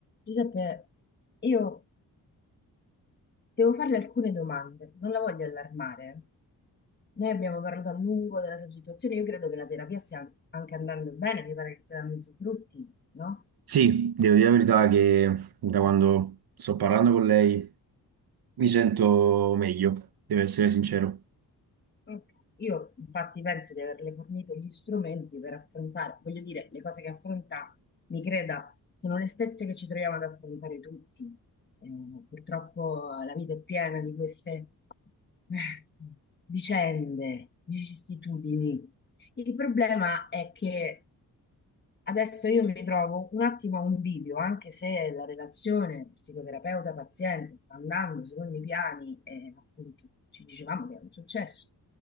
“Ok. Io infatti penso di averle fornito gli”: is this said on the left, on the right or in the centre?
Left